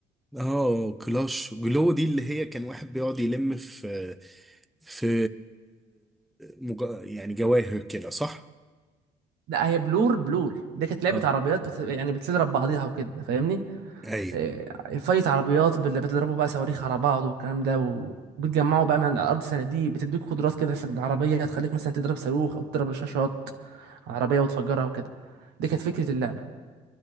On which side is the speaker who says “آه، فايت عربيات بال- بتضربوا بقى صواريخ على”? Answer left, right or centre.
Right